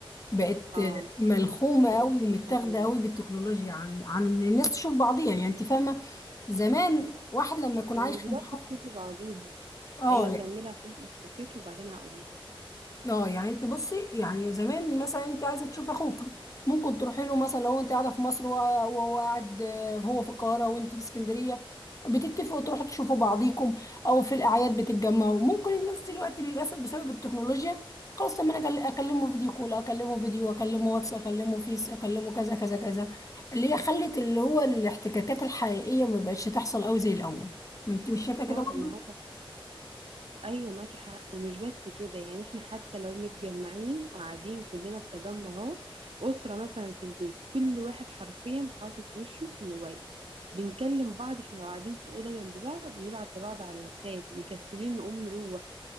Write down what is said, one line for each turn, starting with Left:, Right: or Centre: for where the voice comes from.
Left: بقت
Right: اه
Left: ملخومة
Right: هكمل
Left: قوي ومتاخدة
Right: في الحوار ده.
Left: قوي بالتكنولوجيا عن عن ان الناس تشوف بعضيها يعني انت فاهمة زمان واحد لما يكون
Right: ومش
Left: عايش
Right: بس
Left: في محافظة
Right: تشوفي بعضيها
Left: اه
Right: ايوه كملي عشان ما تتفكيش وبعدين هقول
Left: اه يعني انت بصي يعني زمان مثلا انت عايزه تشوف اخوك ممكن تروحي له مثلا لو انت قاعده في مصر وهو وهو قاعد آه، هو في القاهره وانت في اسكندريه بتتفقوا تروحوا تشوفوا بعضيكم او في الاعياد بتتجمعوا ممكن الناس دلوقتي للاسف بسبب التكنولوجيا خلاص لما انا أكل- اكلمه فيديو كول اكلمه فيديو اكلمه واتس اكلمه فيس اكلمه كذا كذا كذا اللي هي خلت اللي هو الاحتكاكات الحقيقيه ما بقتش تحصل قوي زي الاول ما انت مش شايفه
Right: فعلا
Left: كده برضه
Right: ايوه معاكي حق ومش بس كده يعني احنا حتى لو متجمعين وقاعدين كلنا في تجمع اهو اسره مثلا في البيت كل واحد حرفيا حاطط وشه في الموبايل بنكلم بعض احنا لو قاعدين في اوضه جنب بعض بنبعت لبعض على الواتساب مكسلين نقوم نروح